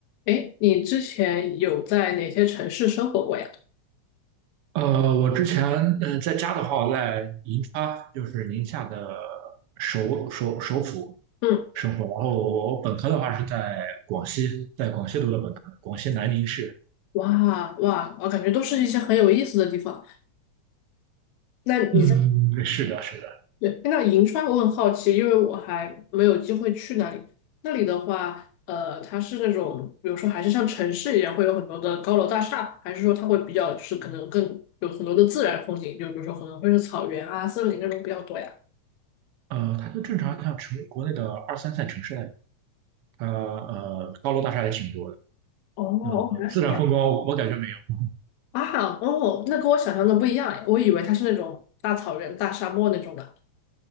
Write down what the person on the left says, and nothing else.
哎，你之前有在哪些城市生活过呀？
嗯，
哇哇，我感觉都是一些很有意思的地方。那你在，
对，那银川我很好奇，因为我还没有机会去那里。那里的话，呃，它是那种，比如说还是像城市一样，会有很多的高楼大厦，还是说它会比较是可能更有很多的自然风景，就比如说可能会是草原啊、森林那种比较多呀？
哦，
原来是这样
啊！哦，那跟我想象的不一样诶，我以为它是那种大草原、大沙漠那种的。